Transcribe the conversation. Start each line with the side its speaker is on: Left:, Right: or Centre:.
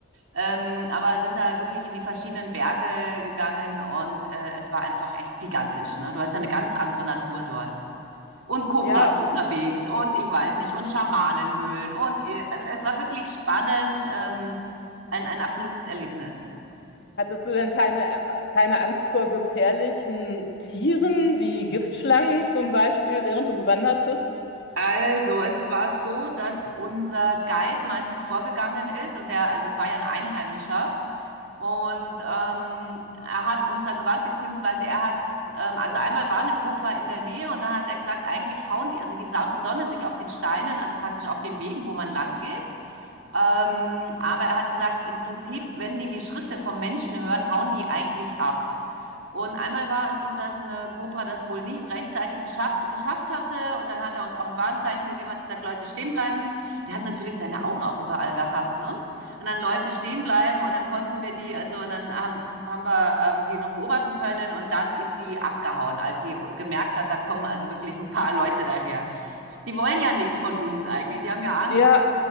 Right: Ähm, aber sind da wirklich in die verschiedenen Berge gegangen und äh, es war einfach echt gigantisch. Ne? Du hast ja eine ganz andere Natur dort. Und Kobras
Left: Ja,
Right: unterwegs und ich weiß nicht, und Schamanenhöhlen und äh, also es war wirklich spannend, ähm, ein, ein absolutes Erlebnis.
Left: hattest du denn keine, äh, keine Angst vor gefährlichen Tieren wie Giftschlangen zum Beispiel, während du gewandert bist?
Right: Also, es war so, dass unser Guide meistens vorgegangen ist und der, also es war ja ein Einheimischer und ähm, er hat uns dann gewarnt, beziehungsweise er hat, ähm, also einmal war eine Kobra in der Nähe und dann hat er gesagt, eigentlich hauen die, also die son- sonnen sich auf den Steinen, also praktisch auf den Wegen, wo man lang geht. Ähm, aber er hat gesagt, im Prinzip, wenn die die Schritte vom Menschen hören, hauen die eigentlich ab. Und einmal war es so, dass eine Cobra das wohl nicht rechtzeitig geschaff, geschafft hatte. Und dann hat er uns auch ein Warnzeichen gegeben, hat gesagt, Leute, stehen bleiben. Der hat natürlich seine Augen auch überall gehabt, ne? Und dann Leute stehen bleiben und dann konnten wir die, also und dann haben, haben wir ähm, sie noch beobachten können und dann ist sie abgehauen, als sie gemerkt hat, da kommen also wirklich ein paar Leute daher. Die wollen ja nichts von uns eigentlich, die haben ja Angst.
Left: Ja,